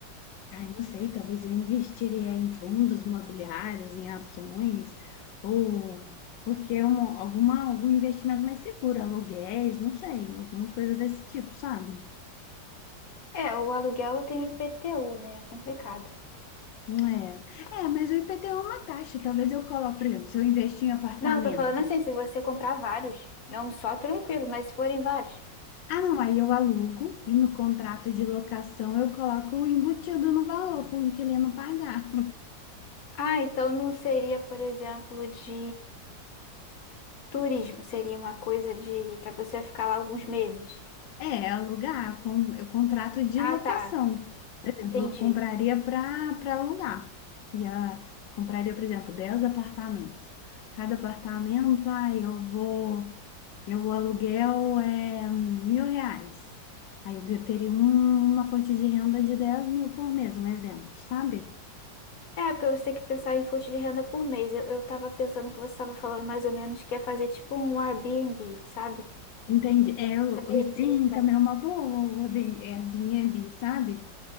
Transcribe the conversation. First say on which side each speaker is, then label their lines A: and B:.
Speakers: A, on the left; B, on the left.
A: Ai, não sei, talvez eu investiria em fundos imobiliários, em ações, ou porque é um, alguma, algum investimento mais seguro, aluguéis, não sei, alguma coisa desse tipo, sabe?
B: É, o aluguel tem o IPTU, né? É complicado.
A: Não é. É, mas o IPTU é uma taxa, talvez eu coloque, por exemplo, se eu investir em apartamentos.
B: Não, eu tô falando assim, se você comprar vários, não só tranquilo, mas se forem vários.
A: Ah, não, aí eu alugo e no contrato de locação eu coloco embutido no valor para o inquilino pagar.
B: Ah, então não seria, por exemplo, de turismo, seria uma coisa de pra pessoa ficar lá alguns meses.
A: É, alugar, con, é contrato de
B: Ah,
A: locação.
B: tá,
A: Por exemplo,
B: entendi.
A: eu compraria para para alugar. E a, compraria, por exemplo, 10 apartamentos. Cada apartamento, aí eu vou, meu aluguel é mil reais. Aí eu teria um- uma fonte de renda de 10 mil por mês, um exemplo, sabe?
B: É, porque você tem que pensar em fonte de renda por mês. Eu, eu tava pensando que você estava falando mais ou menos que é fazer tipo um Airbnb, sabe?
A: Entendi.
B: A pessoa
A: É, o-
B: também
A: o- sim,
B: fica.
A: também é uma boa o Airbnb, Airbnb, sabe?